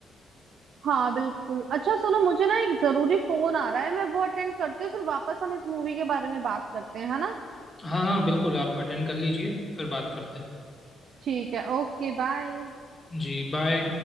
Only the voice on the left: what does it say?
हाँ हाँ बिल्कुल आप अटेंड कर लीजिए फिर बात करते हैं
जी बाय